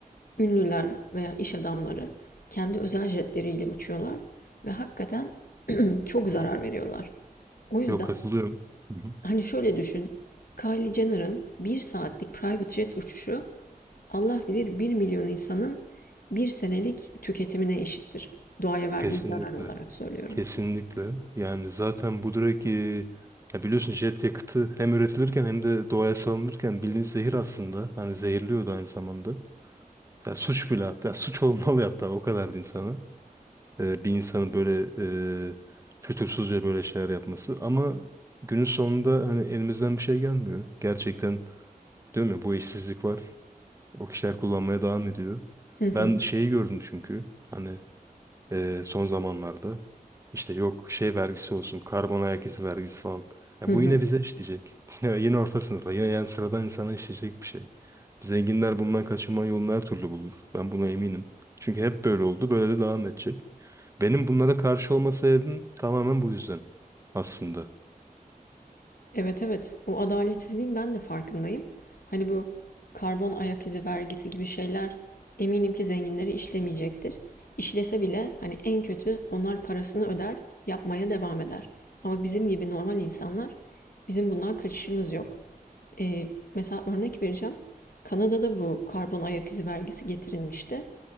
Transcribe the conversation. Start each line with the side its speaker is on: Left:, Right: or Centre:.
Left: ünlüler veya iş adamları kendi özel jetleriyle uçuyorlar ve hakikaten <clears throat> çok
Right: hı.
Left: zarar veriyorlar. O yüzden
Right: Yok katılıyorum. Hı hı.
Left: Hani şöyle düşün. Kylie Jenner'ın bir saatlik private jet uçuşu Allah bilir bir milyon insanın bir senelik tüketimine eşittir. Doğaya verdiği
Right: Kesinlikle.
Left: zarar olarak söylüyorum.
Right: Kesinlikle. Yani zaten bu direkt e, ya biliyorsun jet yakıtı hem üretilirken hem de doğaya salınırken bildiğiniz zehir aslında. Hani zehirliyor da aynı zamanda. Ya suç bile hatta suç <laughs> olmalı hatta o kadar diyeyim sana. E, bir insanın böyle e, fütursuzca böyle şeyler yapması. Ama günün sonunda hani elimizden bir şey gelmiyor. Gerçekten diyorum ya bu işsizlik var. O kişiler kullanmaya devam ediyor.
Left: Hı hı,
Right: Ben şeyi gördüm çünkü. Hani ee, son zamanlarda. İşte yok şey vergisi olsun, karbon ayak izi vergisi falan. Ya
Left: hı
Right: bu
Left: hı.
Right: yine bize işleyecek. <laughs> Yine, yine orta sınıfa, yine yani sıradan insana işleyecek bir şey. Zenginler bundan kaçınma yolunu her türlü bulur. Ben buna eminim. Çünkü hep böyle oldu, böyle de devam edecek. Benim bunlara karşı olma sebebim tamamen bu yüzden aslında.
Left: Evet evet. O adaletsizliğin ben de farkındayım. Hani bu karbon ayak izi vergisi gibi şeyler eminim ki zenginleri işlemeyecektir. İşlese bile hani en kötü onlar parasını öder, yapmaya devam eder. Ama bizim gibi normal insanlar bizim bundan kaçışımız yok. E, mesela örnek vereceğim. Kanada'da bu karbon ayak izi vergisi getirilmişti